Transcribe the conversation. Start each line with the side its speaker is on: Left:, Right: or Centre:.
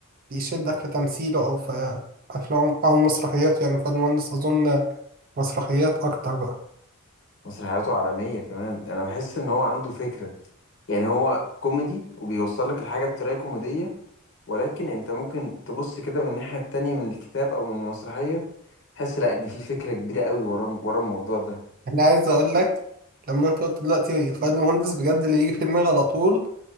Right: بيشدك في تمثيله او في افلام او مسرحياته يعني فؤاد المهندس اظن مسرحيات اكتر بقى
Left: مسرحياته عالمية كمان انا بحس ان هو عنده فكرة يعني هو كوميدي وبيوصل لك الحاجة بطريقة كوميدية ولكن انت ممكن تبص كده من الناحية التانية من الكتاب او من المسرحية تحس لا ان في فكرة كبيرة قوي ورا ورا الموضوع ده
Right: انا عايز اقول لك لما انت قلت دلوقتي فؤاد المهندس بجد اللي يجي في دماغي على طول